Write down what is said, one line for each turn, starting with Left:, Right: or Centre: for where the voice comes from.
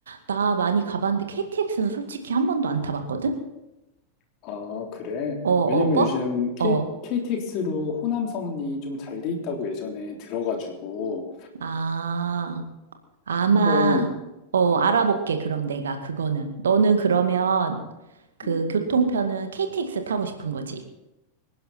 Right: 나 많이 가봤는데 KTX는 솔직히 한 번도 안 타봤거든?
Left: 아, 그래?
Right: 어, 어,
Left: 왜냐면
Right: 버스?
Left: 요즘 K,
Right: 어.
Left: KTX로 호남선이 좀 잘 돼 있다고 예전에 들어가지고
Right: 아, 아마
Left: 한번
Right: 어
Left: 음,
Right: 알아볼게 그럼 내가 그거는 너는 그러면 그
Left: 음.
Right: 교통편은 KTX 타고 싶은 거지?